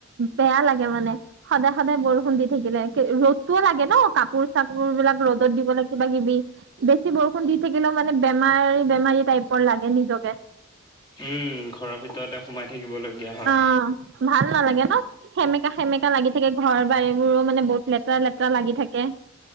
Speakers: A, on the right (about 60°); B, on the left (about 20°).
A: বেয়া লাগে মানে। সদায় সদায় বৰষুণ দি থাকিলে ৰ'দটোও লাগে ন কাপোৰ চাপোৰ বিলাক ৰ'দত দিবলৈ কিবা কিবি, বেছি বৰষুণ দি থাকিলেও মানে বেমাৰী, বেমাৰী টাইপৰ লাগে নিজকে।
B: উম, ঘৰৰ ভিতৰতে সোমাই থাকিবলগীয়া হয়
A: অ', ভাল নালাগে ন'। সেমকা সেমেক কা লাগি থাকে ঘৰ-বাৰি মোৰো মানে বহুত লেতেৰা লেতেৰা লাগি থাকে